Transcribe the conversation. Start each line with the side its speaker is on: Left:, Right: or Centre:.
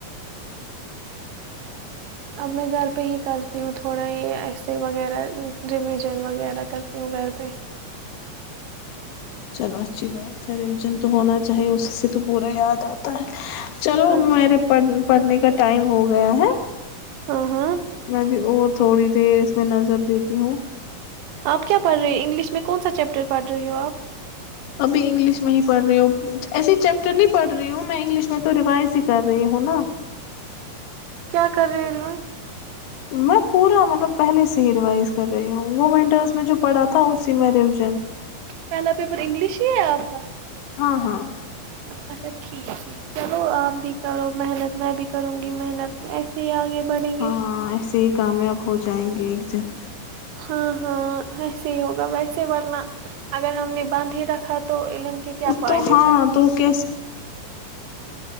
Right: اب میں گھر پہ ہی کرتی ہوں تھوڑا یہ ایسے وغیرہ ریویژن وغیرہ کرتی ہوں گھر پہ
Left: چلو اچھی بات ہے ریویژن تو ہونا چاہیے اسی سے تو پورا یاد آتا ہے چلو
Right: ہاں
Left: میرے پڑھ پڑھنے کا ٹائم ہو گیا ہے
Right: ہاں ہاں
Left: میںب اور تھوڑی دیر اس میں نظر دیتی ہوں
Right: آپ کیا پڑھ رہی ہو انگلش میں کون سا چیپٹر پڑھ رہی ہو آپ
Left: ابھی انگلش میں ہی پڑھ رہی ہ ایس چیپٹر نہیں پڑھ رہی ہوں میں انگلش میں تو ریوائز ہی کر رہی ہوں نا
Right: کیا کر رہی ہو ر
Left: میں پورا مطلب پہلے سے ہی ریوائز کر رہی ہوں وہ ونٹرس میں جو پڑھا تھا اسی میں ریویژن
Right: پہلا پیپر انگلش ہی ہے آپ کا
Left: ہاں ہاں
Right: اچھا ٹھیک ٹھیک چلو آپ بھی کرو محنت میں بھی کروں گی محنت ایسے ہی آگے بڑھیں گے
Left: ہاں ایسے ہی کامیاب ہو جائیں گے ج <inaudible>
Right: ہاں ہاں ایسے ہی ہوگا ویسے ورنہ اگر ہم نے بند ہی رکھا تو علم کے کیا فائدے
Left: تو ہاں
Right: پھر
Left: تو کیسے